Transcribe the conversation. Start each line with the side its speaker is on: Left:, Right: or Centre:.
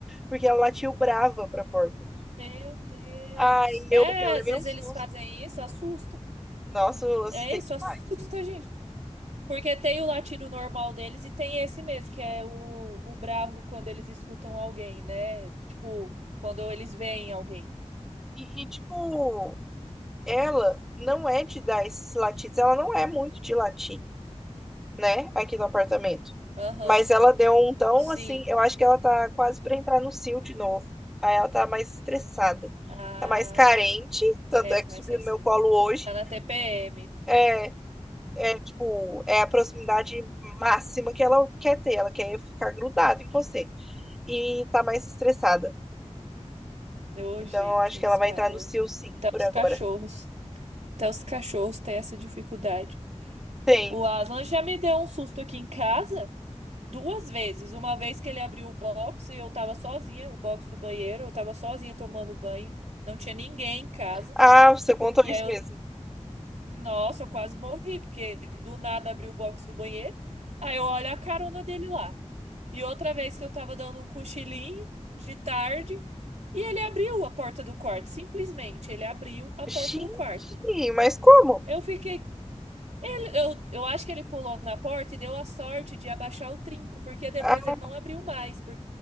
Centre: porque ela latiu brava pra porta.
Right: Meu Deus.
Centre: Aí
Right: É,
Centre: eu, eu levei
Right: às vezes
Centre: um susto.
Right: eles fazem isso, assusta.
Centre: Nossa, eu assustei
Right: É, isso
Centre: demais.
Right: assusta, <laughs> gente. Porque tem o latido normal deles e tem esse mesmo, que é o, o bravo quando eles escutam alguém, né? Tipo, quando eles veem alguém.
Centre: E, e, tipo, ela não é de dar esses latidos, ela não é muito de latir, né, aqui no apartamento.
Right: Aham.
Centre: Mas ela deu um tão
Right: Sim.
Centre: assim, eu acho que ela tá quase pra entrar no cio de novo. Aí ela tá mais estressada,
Right: Ah,
Centre: tá mais carente, tanto
Right: é,
Centre: é
Right: tá
Centre: que
Right: mais
Centre: subiu
Right: sensível.
Centre: no meu colo hoje.
Right: Tá na TPM.
Centre: É, é tipo, é a proximidade máxima que ela quer ter, ela quer ficar grudada em você. E tá mais estressada.
Right: Ô,
Centre: Então
Right: gente,
Centre: eu acho
Right: os
Centre: que ela vai
Right: ca-
Centre: entrar no cio sim
Right: até
Centre: por
Right: os
Centre: agora.
Right: cachorros. Até os cachorros têm essa dificuldade.
Centre: Tem.
Right: O Aslan já me deu um susto aqui em casa duas vezes. Uma vez que ele abriu o box e eu tava sozinha, o box do banheiro, eu tava sozinha tomando banho, não tinha ninguém em casa.
Centre: Ah, você contou
Right: E
Centre: isso
Right: aí eu,
Centre: mesmo.
Right: nossa, eu quase morri, porque do nada abriu o box do banheiro. Aí eu olho a carona dele lá. E outra vez que eu tava dando um cochilinho de tarde, e ele abriu a porta do quarto, simplesmente ele abriu a
Centre: Gente,
Right: porta do quarto.
Centre: mas como?
Right: Eu fiquei. ele- Eu, eu acho que ele pulou na porta e deu a sorte de abaixar o trinco, porque depois
Centre: Ah,
Right: ele não abriu mais, por-